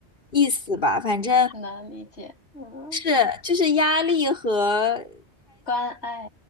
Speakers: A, on the left; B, on the left.
A: 意思吧。反正
B: 能理解，嗯，
A: 是就是压力和
B: 关爱，